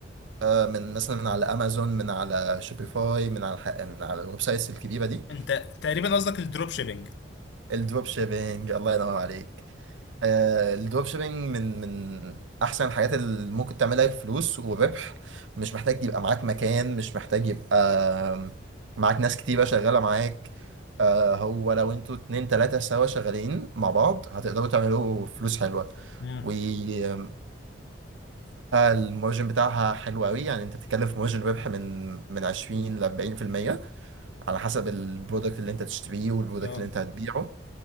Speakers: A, on the right; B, on the left.
A: آه من مثلا من على امازون من على شوبيفاي من على الح- من على الويب سايتس الكبيره دي
B: انت تقريبا قصدك الدروب شيبينج
A: الدروب شيبينج الله ينور عليك آه، الدروب شيبينج من من احسن الحاجات اللي ممكن تعملها فلوس وربح مش محتاج يبقى معاك مكان مش محتاج يبقى آم، معاك ناس كتيرة شغالة معاك آه، هو لو انتوا اتنين تلاتة سوا شغالين مع بعض هتقدروا تعملوا فلوس حلوة
B: امم
A: ومكسبها المارجن بتاعها حلو قوي يعني انت بتتكلم في مارجن ربح من من 20 ل 40% على حسب البرودكت اللي انت تشتريه والبرودكت
B: اه
A: اللي انت هتبيعه